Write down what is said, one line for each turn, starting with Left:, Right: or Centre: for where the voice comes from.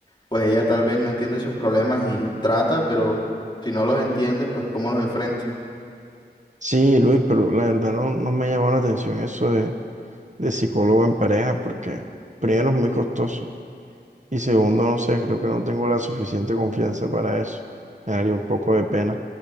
Left: pues ella tal vez no entiende sus problemas y trata, pero si no los entiende, pues cómo los enfrenta.
Right: Sí, Luis, pero la verdad no, no me ha llamado la atención eso de, de psicólogo en pareja, porque primero es muy costoso. Y segundo, no sé, creo que no tengo la suficiente confianza para eso. Me daría un poco de pena.